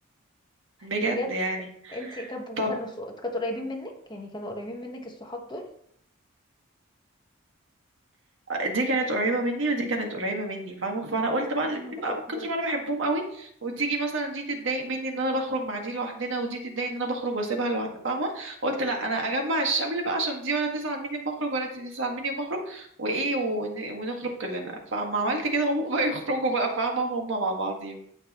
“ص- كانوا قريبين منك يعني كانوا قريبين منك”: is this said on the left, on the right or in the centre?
Left